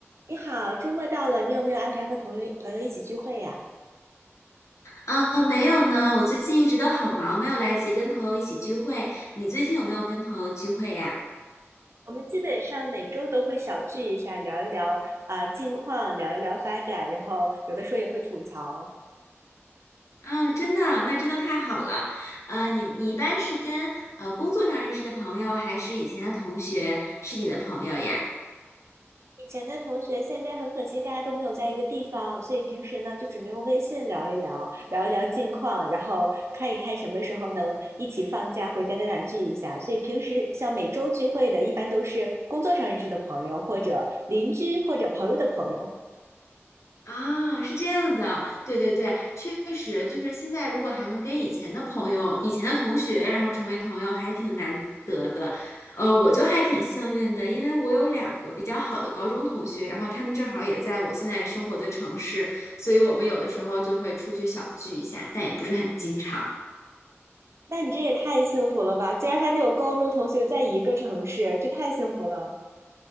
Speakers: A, on the right; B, on the left.
A: 你好，周末到了，你有没有安排和朋友朋友一起聚会呀？
B: 啊，没有呢，我最近一直都好忙，没有来及跟朋友一起聚会。你最近有没有跟朋友聚会呀？
A: 我们基本上每周都会小聚一下，聊一聊啊、呃近况，聊一聊发展，然后有的时候也会吐槽。
B: 啊，真的，那真的太好了。呃，你你一般是跟呃工作上认识的朋友，还是以前的同学是你的朋友呀？
A: 以前的同学，现在很可惜大家都没有在一个地方，所以平时呢就只能用微信聊一聊，聊一聊近况，然后看一看什么时候能一起放假回家在哪聚一下。所以平时像每周聚会的，一般都是工作上认识的朋友，或者邻居，或者朋友的朋友。
B: 啊，是这样的，对对对，确实就是现在，如果还能跟以前的朋友、以前的同学，然后成为朋友，还挺难得的。呃，我就还挺幸运的，因为我有两个比较好的高中同学，然后他们正好也在我现在生活的城市，所以我们有的时候就会出去小聚一下，但也不是很经常。
A: 那你这也太幸福了吧！竟然还能有高中同学在一个城市，这太幸福了。